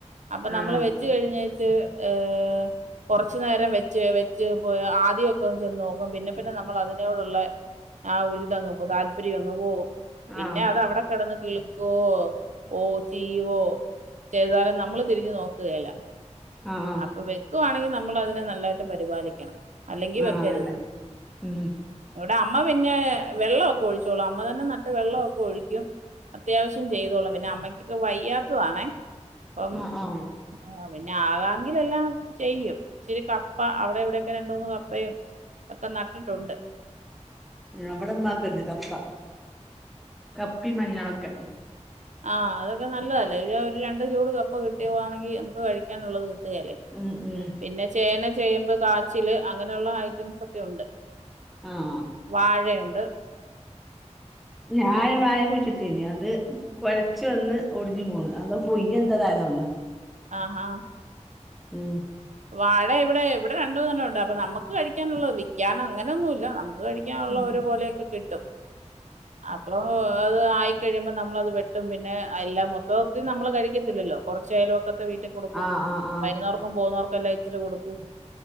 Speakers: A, on the right; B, in the centre.
A: അപ്പൊ നമ്മൾ
B: ആഹ്
A: വെച്ച് ച്ച് കഴിഞ്ഞേച്ച് ഏ് കൊറച്ചു നേരം വെച്ച് വെച്ച് പോയ് ആദ്യമൊക്കെ ചെന്ന് നോക്കും പിന്നെ പിന്നെ നമ്മൾ അതിനോടുള്ള ആ ഒരിതങ്ങ് പോ താല്പര്യം അങ്ങ് പോകും പിന്നെ
B: ആഹ്
A: അത് അവിടെ കിടന്ന് കിൾ ക്കോ ഓ ചീയ്യുവോ ചെയ്താലും നമ്മള് തിരിഞ്ഞു നോക്കുകേല്ല
B: ആഹ്
A: അപ്പൊ വെക്കുവാണെങ്കിൽ നമ്മൾ അതിനെ നല്ലായിട്ട് പരിപാലിക്കണം അല്ലെങ്കി വെക്കരുത്
B: ആഹ് അന്നെ ഉം
A: ഇവിടെ അമ്മ പിന്നെ വെള്ളം ഒക്കെ ഒഴിച്ചോളും അമ്മ തന്നെ നട്ട് വെള്ളമൊക്കെ ഒഴിക്കും അത്യാവശ്യം ചെയ്തോളും പിന്നെ അമ്മയ്ക്കൊക്കെ വയ്യാത്തതാണേ അപ്പം
B: ആഹ് ആഹ്
A: ആഹ് പിന്നെ ആകാൻ വീട്ടിൽ എല്ലാം ചെയ്യും ഇച്ചിരി കപ്പ അവിടെ ഇവിടെ ഒക്കെ രണ്ട് മൂന്ന് കപ്പയും ഒക്കെ നട്ടിട്ടുണ്ട്
B: അവിടുമ്മാക്കൊണ്ട് കപ്പ കപ്പി മഞ്ഞളൊക്കെ
A: ആഹ് അതൊക്കെ നല്ലതല്ലേ ഒരു ഒരു രണ്ട് ചൂട് കപ്പ കിട്ടിയുകവാണെങ്കി നമുക്ക് കഴിക്കാനുള്ളത് കിട്ടുകേലേ
B: ഉം ഉം
A: പിന്നെ ചേന ചേമ്പ് കാച്ചില് അങ്ങനെയുള്ള ഐറ്റംസ്‌ ഒക്കെ ഉണ്ട്
B: ആഹ്
A: വാഴയൊണ്ട്
B: ഞാന് വായ കുഴിച്ചിട്ടേനി അത് കൊഴച്ചു വന്ന് ഒടിഞ്ഞ് പോണ് അത് പുയു എന്തതായതാണ്
A: ആഹ് ഹാ
B: ഉം
A: വാഴ ഇവിടെ ഇവിടെ രണ്ടുമൂന്ന് എണ്ണം ഉണ്ട് അപ്പൊ നമുക്ക് കഴിക്കാനുള്ളത് വിക്കാൻ അങ്ങനൊന്നുമില്ല നമുക്ക് മുക്ക് കഴിക്കാനുള്ള
B: ഉം
A: ഒരു കൊലയൊക്കെ കിട്ടും അപ്പോ അത് ആയിക്കഴിയുമ്പോ നമ്മളത് വെട്ടും പിന്നെ എല്ലാം മൊത്തത്തി നമ്മൾ കഴിക്കത്തില്ലല്ലോ കൊറച്ച് അയൽവക്കത്തെ വീട്ടിൽ കൊടുക്കും
B: ആഹ് ആഹ് ആഹ്
A: വരുന്നവർക്കും പോകുന്നവർക്കും എല്ലാം ഇച്ചിരി കൊടുക്കും